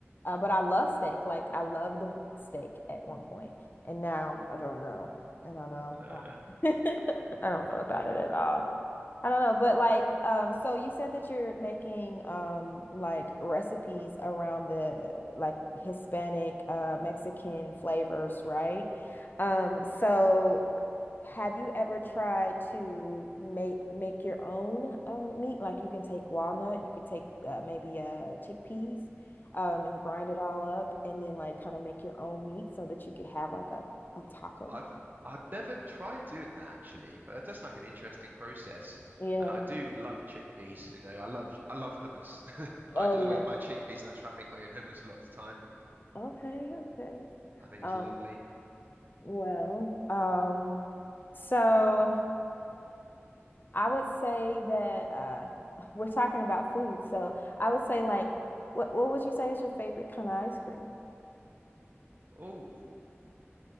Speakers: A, on the left; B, on the right.
A: Uh, but I love steak. Like, I loved steak at one point, and now I don't know. I don't know.
B: uh,
A: I don't <laughs> I don't know about it at all. I don't know, but like, um, so you said that you're making um like recipes around the like Hispanic, uh, Mexican flavors, right? Um, so have you ever tried to make make your own um meat? Like you can take walnut, you can take uh, maybe uh chickpeas, um, and grind it all up, and then like kind of make your own meat so that you could have like a a taco.
B: I've I've never tried doing that actually, but that's like an interesting process.
A: Yeah.
B: And I do love chickpeas. You know, I love I love hummus. <laughs> I
A: Oh
B: just
A: yeah.
B: always buy chickpeas and I try and make my own hummus a lot of the time.
A: Okay. Okay.
B: I think
A: Um,
B: it's lovely.
A: Well, um, so I would say that uh <laughs> we're talking about food. So I would say like what what would you say is your favorite kind of ice cream?
B: Oh,